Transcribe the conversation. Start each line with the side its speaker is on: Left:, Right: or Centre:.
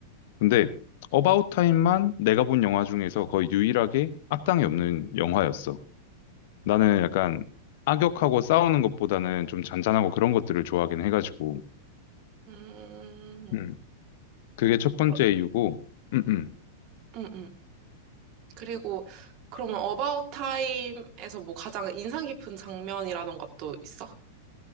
Left: 근데 어바웃 타임만 내가 본 영화 중에서 거의 유일하게 악당이 없는 영화였어. 나는 약간 악역하고 싸우는 것보다는 좀 잔잔하고 그런 것들을 좋아하긴 해가지고
Right: 음,
Left: 음. 그게 첫 번째
Right: 그럼,
Left: 이유고 음, 음.
Right: 음, 음. 그리고, 그러면 어바웃 타임에서 뭐 가장 인상 깊은 장면이라던가 또 있어?